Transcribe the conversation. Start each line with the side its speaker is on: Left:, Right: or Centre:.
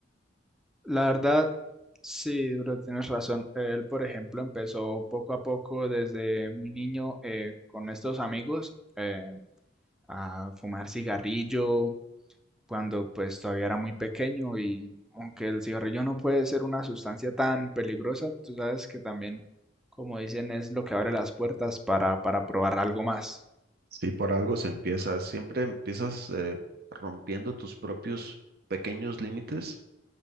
Centre: La verdad, sí, bro, tienes razón. Él, por ejemplo, empezó poco a poco desde muy niño eh, con estos amigos eh, a fumar cigarrillo cuando pues todavía era muy pequeño y aunque el cigarrillo no puede ser una sustancia tan peligrosa, tú sabes que también, como dicen, es lo que abre las puertas para, para probar algo más.
Right: Si por algo se empieza, siempre empiezas eh, rompiendo tus propios pequeños límites